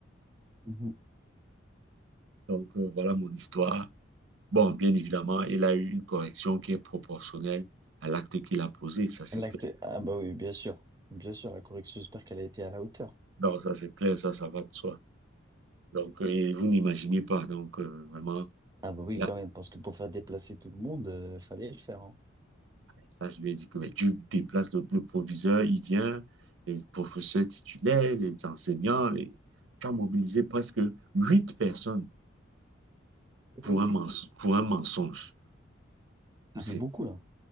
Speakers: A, on the right; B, on the right.
A: Mhm.
B: Donc, euh, voilà mon histoire. Bon, bien évidemment, il a eu une correction qui est proportionnelle à l'acte qu'il a posé. Ça, c'est
A: L'acte...
B: clair.
A: Ah bah oui, bien sûr. Bien sûr, la correction, j'espère qu'elle a été à la hauteur.
B: Non, ça c'est clair, ça, ça va de soi. Donc, euh, et vous n'imaginez pas. Donc, euh, vraiment,
A: Ah bah oui,
B: là,
A: quand même, parce que pour faire déplacer tout le monde, euh, fallait le faire. hein.
B: ça, je lui ai dit que ben, tu déplaces le, le proviseur, il vient, les professeurs titulaires, les enseignants, les... tu as mobilisé presque huit personnes
A: Ah
B: pour
A: Bah oui.
B: un, mens- pour un mensonge.
A: Ça
B: C'est
A: fait beaucoup là.